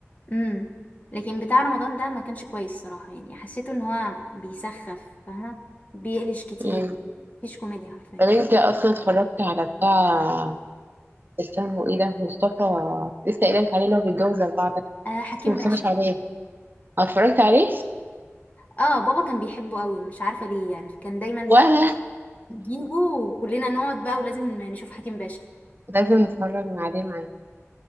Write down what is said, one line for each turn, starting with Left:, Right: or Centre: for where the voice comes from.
Left: امم لكن بتاع رمضان ده ما كانش كويس صراحة يعني حسيته ان هو بيسخف فاهمة بيقلش كتير
Right: مم.
Left: مفيش كوميديا حرفيا
Right: طب انت اصلا اتفرجت على بتاع اسمه ايه ده مصطفى لسه قايله لك عليه اللي هو بيتجوز اربعه ده
Left: آه حكيم
Right: اسمه مصطفى
Left: باشا
Right: شعبان آه، اتفرجت عليه
Left: اه بابا كان بيحبه قوي مش عارفة ليه يعني كان دايما
Right: وانا
Left: بقى نجيبه وكلنا نقعد بقى ولازم نشوف حكيم باشا
Right: لازم نتفرج مع- عليه معايا